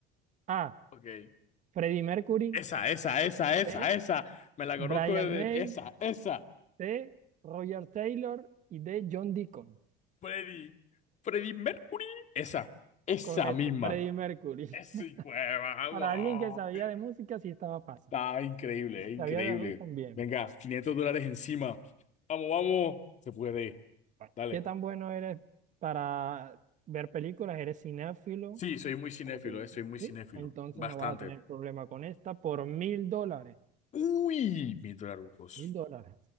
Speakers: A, on the right; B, on the left.
A: A.
B: ok.
A: Freddie Mercury.
B: Esa, esa, esa, esa,
A: B.
B: esa. Me la conozco
A: Brian
B: desde
A: May.
B: esa, esa.
A: C. Roger Taylor. Y D. John Deacon.
B: Freddy. Freddy Mercury. Esa, esa
A: Correcto,
B: misma.
A: Freddie Mercury.
B: Ese
A: <laughs>
B: hijo de madre.
A: Para alguien que sabía de música, sí estaba fácil.
B: Ah, increíble, eh, increíble.
A: Sabía de rock también.
B: Venga, 500 dólares encima. Vamos, vamos. Se puede.
A: Bueno,
B: Dale.
A: ¿Qué tan bueno eres para ver películas? ¿Eres cinéfilo?
B: Sí, soy muy cinéfilo,
A: Espérate, güey.
B: eh, soy muy cinéfilo.
A: ¿Sí? Entonces
B: Bastante.
A: no vas a tener problema con esta por mil dólares.
B: Uy, mil dolarucos.
A: Mil dólares.